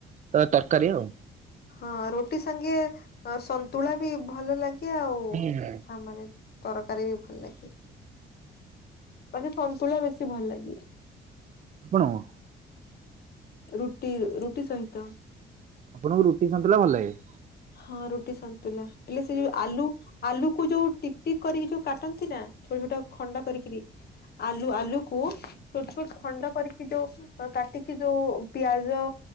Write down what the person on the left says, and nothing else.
ହଁ ରୁଟି ସାଙ୍ଗେ ସନ୍ତୁଳା ବି ଭଲ ଲାଗେ। ଆଉ
ତା ମାନେ ତରକାରୀ ବି ଭଲ ଲାଗେ। ବାକି ସନ୍ତୁଳା ବେଶୀ ଭଲ ଲାଗେ।
ରୁଟି ରୁଟି ସହିତ।
ହଁ ରୁଟି ସନ୍ତ ହେଲେ ସେ ଯୋଉ ଆଲୁ ଆଲୁ କୁ ଯୋଉ ଟିକଟିକ କରିକି ଯୋଉ କାଟନ୍ତି ନା ଛୋଟ ଛୋଟ ଖଣ୍ଡ କରି କିରୀ ଆଲୁ ଆଲୁକୁ ଛୋଟ ଛୋଟ ଖଣ୍ଡ କରିକି ଯୋଉ କାଟିକି ଯୋଉ ପିଆଜ